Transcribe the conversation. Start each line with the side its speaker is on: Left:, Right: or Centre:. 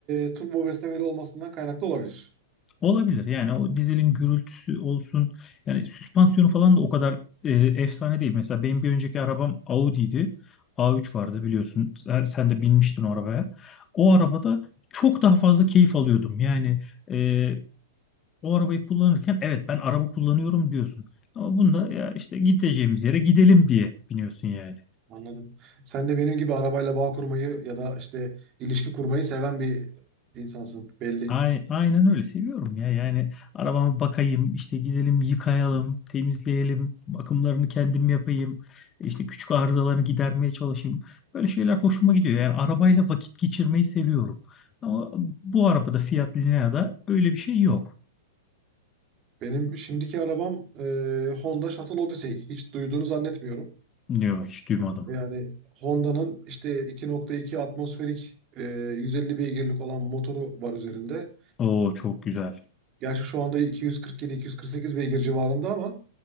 Right: e, turbo beslemeli olmasından kaynaklı olabilir.
Left: Olabilir yani o dizelin gürültüsü olsun yani süspansiyonu falan da o kadar e, efsane değil. Mesela benim bir önceki arabam Audi'ydi. A3 vardı biliyorsun. Sen sen de binmiştin o arabaya. O arabada çok daha fazla keyif alıyordum. Yani e, o arabayı kullanırken evet ben araba kullanıyorum diyorsun. Ama bunda ya işte gideceğimiz yere gidelim diye biniyorsun yani.
Right: Anladım. Sen de benim gibi arabayla bağ kurmayı ya da işte ilişki kurmayı seven bir insansın belli.
Left: Ay- Aynen öyle seviyorum ya yani arabama bakayım işte gidelim yıkayalım temizleyelim bakımlarını kendim yapayım işte küçük arızalarını gidermeye çalışayım böyle şeyler hoşuma gidiyor yani arabayla vakit geçirmeyi seviyorum ama bu arabada Fiat Linea'da öyle bir şey yok.
Right: Benim şimdiki arabam e, Honda Shuttle Odyssey. Hiç duyduğunu zannetmiyorum.
Left: Yok hiç duymadım.
Right: Yani Honda'nın işte iki nokta iki atmosferik e, 150 beygirlik olan motoru var üzerinde.
Left: Oo çok güzel.
Right: Gerçi şu anda 247-248 beygir civarında ama